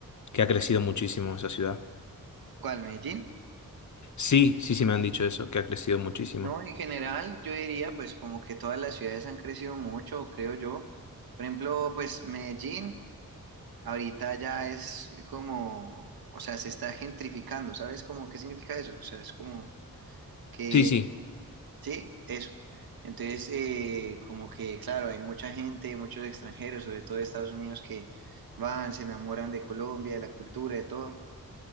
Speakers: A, on the left; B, on the right.
A: que ha crecido muchísimo esa ciudad.
B: ¿Cuál? ¿Medellín?
A: Sí, sí, sí, me han dicho eso, que ha crecido muchísimo.
B: No, en general yo diría pues como que todas las ciudades han crecido mucho, creo yo. Por ejemplo, pues Medellín ahorita ya es como, o sea, se está gentrificando, ¿sabes? Como, ¿qué significa eso? O sea, es como que,
A: Sí, sí,
B: sí, eso. Entonces, eh, como que, claro, hay mucha gente, muchos extranjeros, sobre todo de Estados Unidos, que van, se enamoran de Colombia, de la cultura, de todo